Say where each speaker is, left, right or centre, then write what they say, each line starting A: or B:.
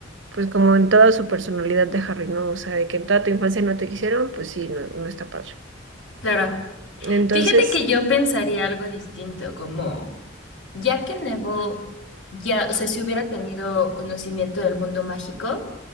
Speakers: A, on the right; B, on the left.
A: pues como en toda su personalidad de Harry, ¿no? O sea, de que en toda tu infancia no te quisieron, pues sí, no, no está padre.
B: claro.
A: Entonces,
B: Fíjate que yo pensaría algo distinto, como ya que Neville ya, o sea, si hubiera tenido conocimiento del mundo mágico,